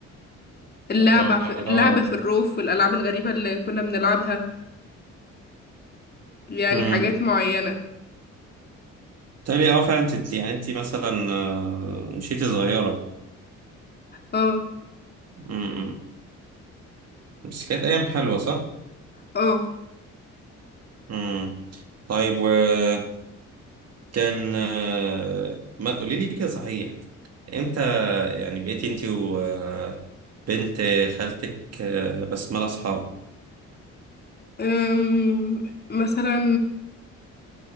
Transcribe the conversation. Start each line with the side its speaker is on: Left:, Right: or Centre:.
Left: اللعبة
Right: اه
Left: في اللعب في الروف والألعاب الغريبة اللي كنا بنلعبها يعني
Right: امم
Left: حاجات معينة
Right: تالي اه فعلا انت يعني انت مثلا آه، مشيتي صغيرة
Left: اه
Right: امم بس كانت ايام حلوة صح؟
Left: اه
Right: امم طيب وكان آه، ما قولي لي كده صحيح امتى يعني بقيتي انت وبنت خالتك آه، بسملة اصحاب
Left: أم، مثلا